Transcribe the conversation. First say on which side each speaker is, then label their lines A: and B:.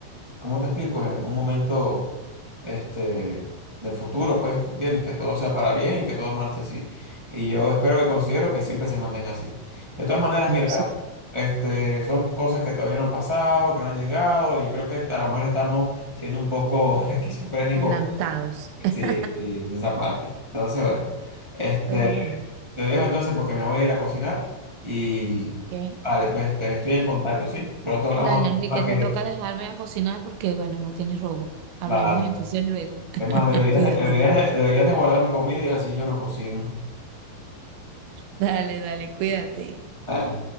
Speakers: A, on the right; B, on the right.
A: ¿cómo te explico? En algún momento. este, del futuro, pues, ¿entiendes? Que todo sea para bien y que todo marche así. Y yo espero y considero que siempre se mantenga así. De todas maneras,
B: Bueno,
A: mira,
B: sí,
A: este, son cosas que todavía no han pasado, que no han llegado, y yo creo que a lo mejor estamos siendo un poco <laughs> esquizofrénicos
B: adelantados.
A: sí,
B: <laughs>
A: sí, en esa parte. Entonces, bueno, este,
B: Pero bueno,
A: te dejo entonces porque me voy a ir a cocinar y,
B: ¿qué?
A: vale, pues te estoy en contacto, ¿sí? Pronto hablamos
B: Dale, Enrique,
A: para que,
B: te toca dejarme a cocinar porque, bueno, no tienes robo. Hablamos
A: vale.
B: entonces luego. <laughs>
A: Es más, deberías,
B: Cuídate.
A: de- deberías, de- deberías de guardarme comida y así yo no cocino.
B: Dale, dale, cuídate.
A: Ah,